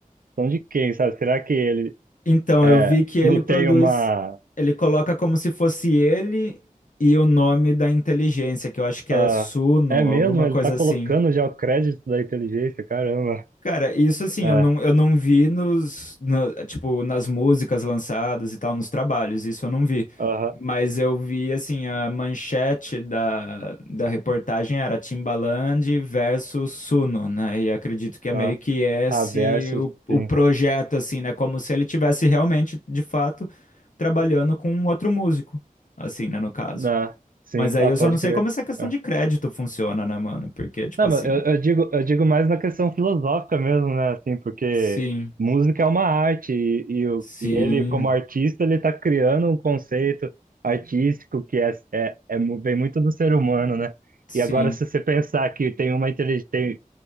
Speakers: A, on the right (about 75°); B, on the left (about 65°).
A: são de quem, sabe? Será que ele
B: Então,
A: é,
B: eu vi que ele
A: não
B: produz,
A: tem uma.
B: ele coloca como se fosse ele e o nome da inteligência, que eu acho que
A: ah,
B: é Suno,
A: é mesmo?
B: alguma
A: Ele
B: coisa
A: está colocando
B: assim.
A: já o crédito da inteligência, caramba.
B: Cara, isso assim,
A: É,
B: eu não, eu não vi nos, no- tipo, nas músicas lançadas e tal, nos trabalhos, isso eu não vi.
A: aham,
B: Mas eu vi, assim, a manchete da, da reportagem era Timbaland versus Suno, né? E acredito que é meio
A: ah,
B: que esse
A: ah, versus,
B: o, o
A: sim.
B: projeto, assim, né? Como se ele tivesse realmente, de fato, trabalhando com um outro músico, assim, né, no caso.
A: Ah, sim,
B: Mas aí
A: ah,
B: eu
A: pode
B: só não sei
A: crer.
B: como essa questão
A: é.
B: de crédito funciona, né, mano? Porque, tipo
A: Não,
B: assim,
A: mas eu, eu digo, eu digo mais na questão filosófica mesmo, né? Assim, porque
B: sim,
A: música é uma arte e, e, o-
B: sim.
A: e ele, como artista, ele está criando um conceito artístico que é, é, é mu- vem muito do ser humano, né?
B: Sim,
A: E agora, se você pensar que tem uma inteligência, tem,